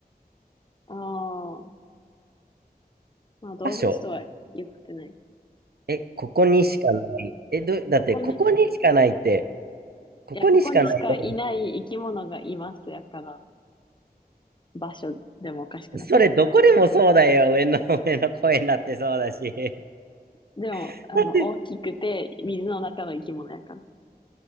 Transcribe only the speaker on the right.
場所え、ここにしかない。え、ど、だって、
ここにしかないって、
ここにしかない動物。
それ、どこでもそうだよ。上の、<laughs> 上の公園だってそうだし。
<laughs>
だって、